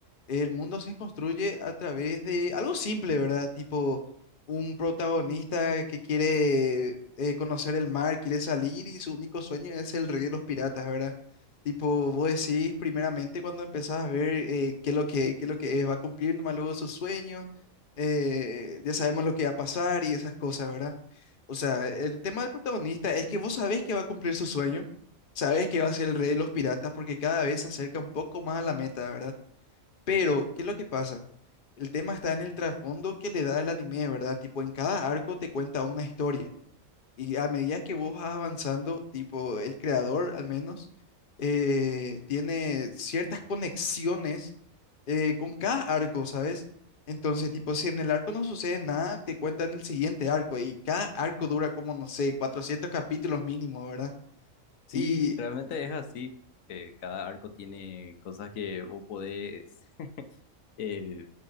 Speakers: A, on the left; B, on the left.
A: el mundo se construye a través de algo simple, ¿verdad? Tipo, un protagonista que quiere eh, conocer el mar, quiere salir y su único sueño es el rey de los piratas, ¿verdad? Tipo, vos decís primeramente cuando empezás a ver eh, qué es lo que, qué es lo que es, va a cumplir nomás luego su sueño, eh, ya sabemos lo que va a pasar y esas cosas, ¿verdad? O sea, el tema del protagonista es que vos sabés que va a cumplir su sueño, sabés que va a ser el rey de los piratas porque cada vez se acerca un poco más a la meta, ¿verdad? Pero, ¿qué es lo que pasa? El tema está en el trasfondo que le da el anime, ¿verdad? Tipo, en cada arco te cuenta una historia. Y a medida que vos vas avanzando, tipo el creador al menos, eh, tiene ciertas conexiones eh, con cada arco, ¿sabes? Entonces, tipo, si en el arco no sucede nada, te cuentan el siguiente arco y cada arco dura como, no sé, 400 capítulos mínimo, ¿verdad?
B: Sí,
A: Y
B: realmente es así. Eh, cada arco tiene cosas que vos podés <laughs> eh,